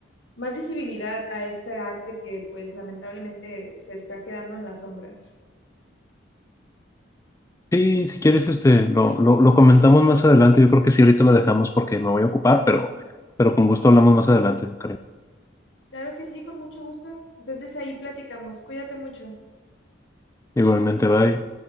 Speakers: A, on the left; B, on the left.
A: más visibilidad a este arte que, pues, lamentablemente se está quedando en las sombras.
B: Sí, si quieres, este, lo, lo, lo comentamos más adelante. Yo creo que sí, ahorita lo dejamos porque me voy a ocupar, pero, pero con gusto hablamos más adelante, Karim.
A: Claro que sí, con mucho gusto. Entonces ahí platicamos. Cuídate mucho.
B: Igualmente, bye.